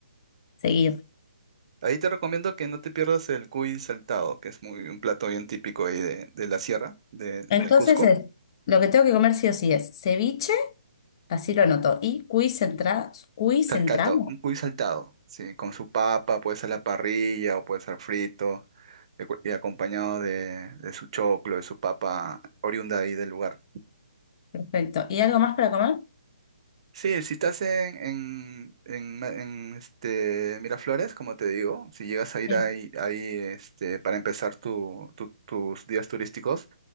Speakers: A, on the left; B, on the right.
A: seguir.
B: Ahí te recomiendo que no te pierdas el cuy saltado, que es muy un plato bien típico ahí de, de la sierra, de, del
A: Entonces,
B: Cusco.
A: es- lo que tengo que comer sí o sí es ceviche, así lo anoto, y cuy centra, cuy centrado.
B: Sal- Saltado, un cuy saltado, sí, con su papa, puede ser la parrilla o puede ser frito, de cu- y acompañado de, de su choclo, de su papa oriunda ahí del lugar.
A: Perfecto. ¿Y algo más para comer?
B: Sí, si estás en, en, en, Ma- en, este, Miraflores, como te digo, si llegas a ir
A: Sí.
B: ahí, ahí este, para empezar tu- tu- tus días turísticos,